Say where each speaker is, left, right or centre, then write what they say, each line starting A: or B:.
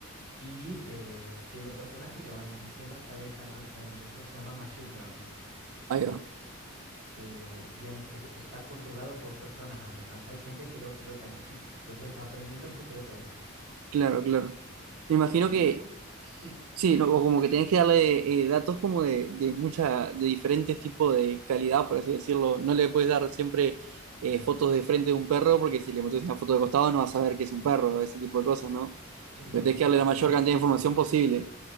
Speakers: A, on the right (about 50°); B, on the right (about 80°).
A: y eh, tiene personas que le van diciendo está bien, está mal, está bien. Eso se llama machine learning,
B: ahí va,
A: que digamos que está controlado por personas atrás. O sea, hay gente que lo, que lo califica. Entonces va aprendiendo porque lo califica.
B: claro, claro. Me imagino
A: Y
B: que
A: después, sí,
B: Sí, no, o como que tenés que darle eh, datos como de, de mucha, de diferentes tipos de calidad, por así decirlo. No le puedes dar siempre eh, fotos de frente de un perro, porque si le metes una foto de costado no vas a ver que es un perro, ese tipo de cosas, ¿no?
A: sí,
B: Porque tenés que
A: exactamente.
B: darle la mayor cantidad de información posible.